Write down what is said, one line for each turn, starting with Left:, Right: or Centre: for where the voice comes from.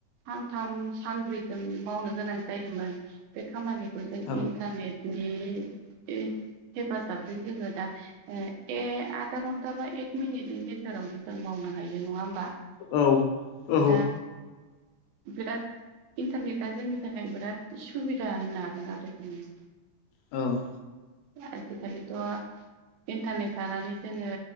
Right: सानथाम सानब्रैजों मावनो गोनां जायोमोन बे खामानि कौ जों
Left: औ
Right: इन्टारनेटनि हे हेफाजाबजों जोङो दा एसे आधा घन्टा बा एक मिनिटनि गेजेरावनो जों मावनो हायो नङा होमबा
Left: औ औ
Right: दा बिराद इन्टारनेटआ जोंनि थाखाय बिराद सुबिदा होनो दा बिदिनो
Left: औ
Right: आजिखालिथ' इन्टारनेट थानानै जोङो